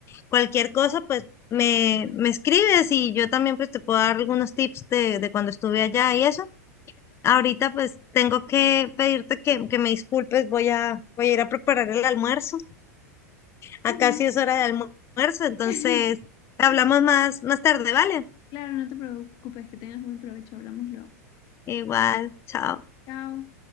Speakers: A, on the left; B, on the left.
A: Cualquier cosa, pues me me escribes y yo también pues te puedo dar algunos tips de de cuando estuve allá y eso. Ahorita pues tengo que pedirte que, que me disculpes, voy a voy a ir a preparar el almuerzo. Acá
B: Ujú.
A: sí es hora de almuerzo, entonces
B: <laughs>
A: hablamos más más tarde, ¿vale?
B: Claro, no te preocupes, que tengas buen provecho, hablamos luego.
A: Igual, chao.
B: Chao.